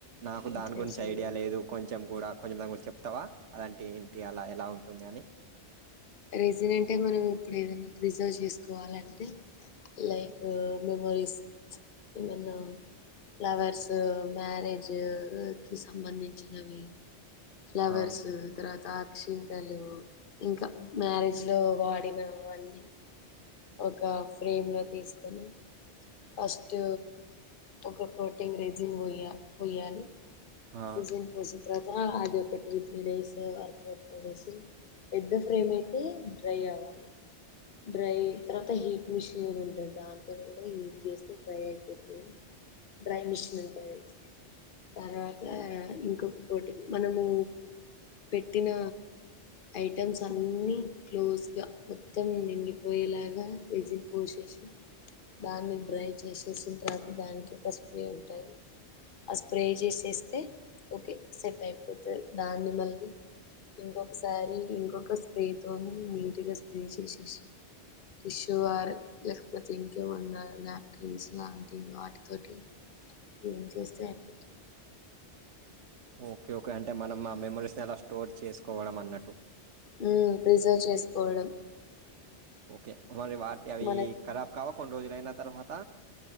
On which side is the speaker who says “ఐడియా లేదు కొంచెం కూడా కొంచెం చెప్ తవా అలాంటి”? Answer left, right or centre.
Right